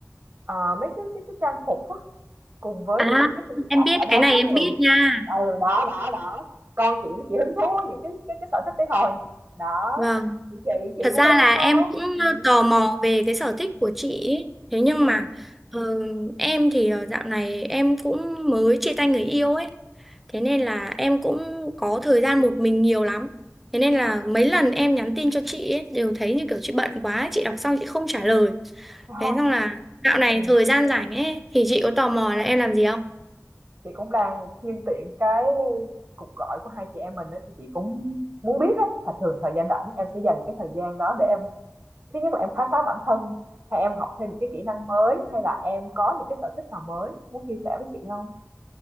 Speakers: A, on the right (about 45°); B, in the centre.
A: ờ, mấy cái cái, cái trang phục á Cùng với
B: À,
A: cái những cái tiểu
B: em
A: cảnh
B: biết
A: ở đóng
B: cái này
A: đó
B: em
A: lắm rồi.
B: biết nha.
A: Ừ, đó, đó, đó. Con chị chị hứng thú với những cái cái cái sở thích đấy thôi. Đó,
B: Vâng,
A: thì chị chị
B: thật ra
A: cũng phải đi
B: là
A: theo.
B: em cũng
A: Ừ.
B: ờ, tò mò về cái sở thích của chị ý. Thế nhưng
A: ừ.
B: mà ờ, em thì ờ, dạo này em cũng mới chia tay người yêu ấy. Thế nên là em cũng có thời gian một mình nhiều lắm. Thế nên là mấy lần em nhắn tin cho chị ấy, đều thấy như kiểu chị bận quá, ấy, chị đọc xong chị không trả lời.
A: Ờ,
B: Thế xong là dạo này
A: Ừ.
B: thời gian rảnh ấy thì chị có tò mò là em làm gì không?
A: Chị cũng đang nhân tiện cái cuộc gọi của hai chị em mình đó thì chị cũng muốn biết á là thường thời gian rảnh em sẽ dành cái thời gian đó để em thứ nhất là em khám phá bản thân hay em học thêm những cái kỹ năng mới hay là em có những cái sở thích nào mới muốn chia sẻ với chị không?